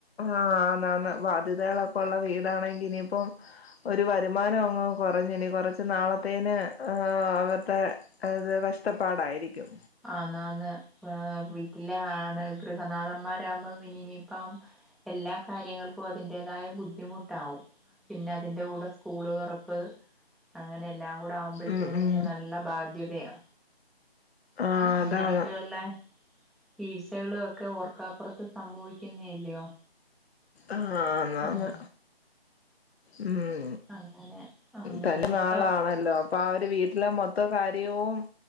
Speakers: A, on the left; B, in the centre.
A: ആന്ന് ആന്ന് ബാധ്യതകള ഒള്ള വീടാണെങ്കിൽ ഇനിപ്പം ഒരു വരുമാനം അങ്ങ് കുറഞ്ഞു ഇനി കുറച്ച് നാളത്തേന് അവരുടെത് കഷ്ടപ്പാടായിരിക്കും
B: ആ നാന് ആ വീട്ടിലെ ആണ് ഗൃഹനാഥന്മാരാകുമ്പോൾ ഇനി ഇനിയിപ്പം എല്ലാ കാര്യങ്ങൾക്കും അതിന്റേതായ ബുദ്ധിമുട്ട് വും പിന്നെ അതിന്റെ കൂടെ സ്കൂളുകൾ റപ്പ് അങ്ങനെ കൂടാവുമ്പഴത്തേനും
A: ഉം ഉം
B: നല്ല ബാധ്യതയാ
A: ആ
B: ഇങ്ങനൊക്കെയൊള്ള
A: അതാണ്
B: വീഴ്ചകളൊക്കെ ഓർക്കാപ്പുറത്ത് സംഭവിക്കുന്നല്ലയോ
A: ആ ആന്നാന്ന്
B: ആഹ്
A: ഉം
B: അങ്ങനെ അങ്ങനെ
A: തന്റെ
B: ഇനിയിപ്പം
A: നാളാണല്ലോ അപ്പൊ ആവൊര് വീട്ടിലെ മൊത്ത കാര്യവും